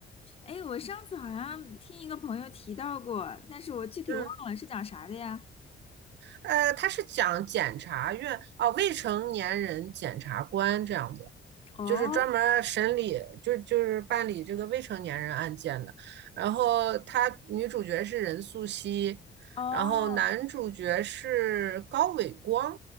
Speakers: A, on the left; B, on the right.
A: 哎，我上次好像听一个朋友提到过，但是我具体忘了是讲啥的呀？
B: 嗯，呃，它是讲检察院啊，未成年人检察官这样子。
A: 哦
B: 就是专门审理，就就是办理这个未成年人案件的。然后他女主角是任素汐，
A: 哦
B: 然后男主角是高伟光